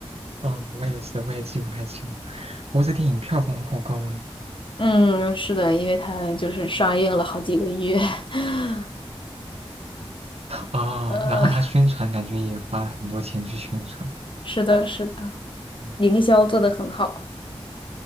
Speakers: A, on the right; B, on the left.
A: 嗯，我也是，我也记不太清了。不过这电影票房好高呢。
B: 嗯，是的，因为它就是上映了好几个月，<laughs>
A: 啊、
B: 呃，
A: 然后他宣传感觉也花了很多钱去宣传。
B: 是的，是的，
A: 嗯，
B: 营销做得很好。